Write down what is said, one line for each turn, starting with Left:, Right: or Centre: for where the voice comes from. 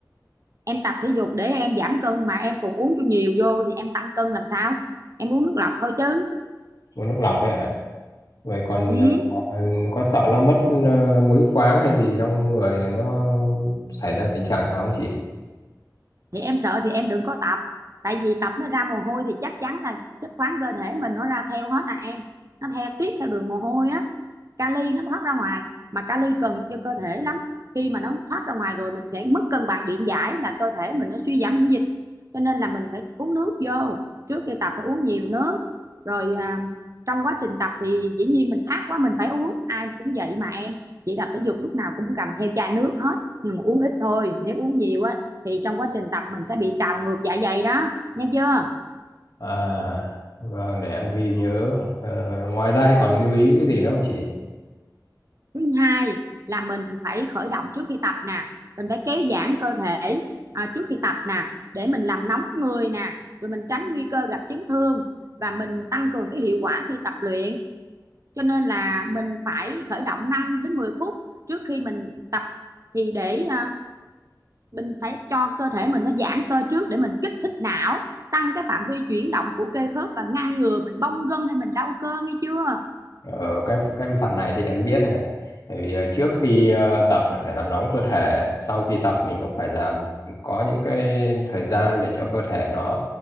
Right: em tập thể dục để em giảm cân mà em còn uống cho nhiều vô thì em tăng cân làm sao em uống nước lọc thôi chứ
Left: uống nước lọc ấy à Vậy còn
Right: ừ.
Left: ờ, có sợ nó mất ờ, muối khoáng hay gì trong người này nó xảy ra tình trạng nào không chị?
Right: thì em sợ thì em đừng có tập tại vì tập nó ra mồ hôi thì chắc chắn là chất khoáng cơ thể mình nó ra theo hết à em nó theo tiết theo đường mồ hôi á kali nó thoát ra ngoài mà kali cần cho cơ thể lắm khi mà nó thoát ra ngoài rồi mình sẽ mất cân bằng điện giải là cơ thể mình nó suy giảm miễn dịch cho nên là mình phải uống nước vô trước khi tập phải uống nhiều nước rồi à, trong quá trình tập thì dĩ nhiên mình khát quá mình phải uống ai cũng vậy mà em chị tập thể dục lúc nào cũng cầm theo chai nước hết nhưng mà uống ít thôi nếu uống nhiều á thì trong quá trình tập mình sẽ bị trào ngược dạ dày đó nha chưa
Left: À, vâng, để em ghi nhớ. Ờ, ngoài ra thì còn lưu ý cái gì nữa không chị?
Right: thứ hai là mình phải khởi động trước khi tập nè mình phải kéo giãn cơ thể à, trước khi tập nè để mình làm nóng người nè rồi mình tránh nguy cơ gặp chấn thương và mình tăng cường cái hiệu quả khi tập luyện cho nên là mình phải khởi động 5 đến 10 phút trước khi mình tập thì để à, mình phải cho cơ thể mình nó giãn cơ trước để mình kích thích não tăng cái phạm vi chuyển động của cơ khớp và ngăn ngừa mình bong gân hay mình đau cơ nghe chưa
Left: ở cái cái phần này thì em biết này Bởi vì ờ, trước khi ờ, tập là phải làm nóng cơ thể sau khi tập mình cũng phải làm có những cái thời gian để cho cơ thể nó,